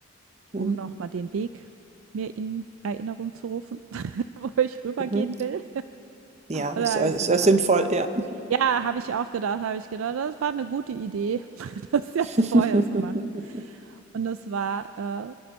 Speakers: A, on the right (about 35°); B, on the right (about 80°).
A: mm,
B: um noch Mhm. mal den Weg mir in Erinnerung zu rufen, <laughs> wo ich rübergehen
A: mhm.
B: will.
A: Ja,
B: Und
A: ist
B: da
A: ja,
B: habe ich
A: ist
B: so gedacht,
A: ja sinnvoll,
B: wow.
A: ja.
B: Ja, habe ich auch gedacht, habe ich gedacht, das war eine gute Idee, <laughs> das jetzt
A: <laughs>
B: vorher zu machen. Und das war äh,